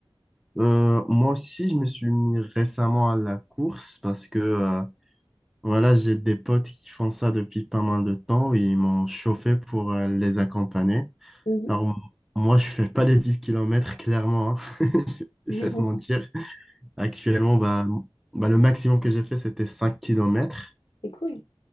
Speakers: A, in the centre; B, on the left (about 80°).
A: Euh, moi aussi, je me suis mis récemment à la course parce que... euh, Voilà, j'ai des potes qui font ça depuis pas mal de temps. Ils m'ont chauffé pour euh, les accompagner.
B: Mhm.
A: Alors, m- moi, je fais pas les 10 kilomètres clairement. hein. <laughs> Je
B: <laughs>
A: vais pas te mentir. Actuellement, bah, m- bah, le maximum que j'ai fait, c'était cinq kilomètres
B: C'est cool.